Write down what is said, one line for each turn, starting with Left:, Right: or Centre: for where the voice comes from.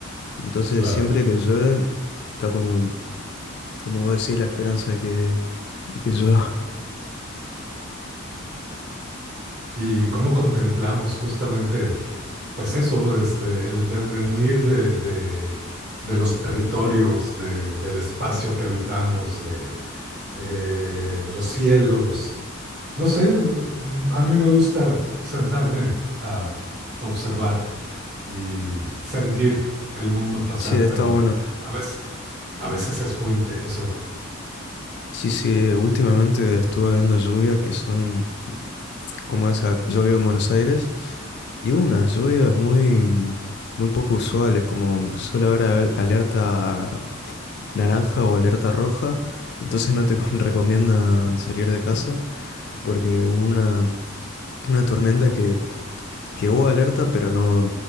Left: Entonces,
Right: Claro.
Left: siempre que llueve, está como, como vos decís, la esperanza de que, de que llueva. <laughs>
Right: Y cómo contemplamos justamente Pues eso, este, el devenir de, de- de los territorios, de- del espacio que habitamos, de eh, los cielos. No sé, mm, mm, a mí me gusta sentarme a observar y sentir el mundo pasar,
Left: Sí, está
Right: pero
Left: bueno.
Right: a veces, a veces es muy intenso.
Left: Sí, sí, últimamente estuve viendo lluvias que son como esa lluvia en Buenos Aires, y hubo unas lluvias muy, muy poco usuales, como suele haber al- alerta naranja o alerta roja, entonces no te <laughs> recomiendan salir de casa. porque hubo una, una tormenta que, que hubo alerta, pero no,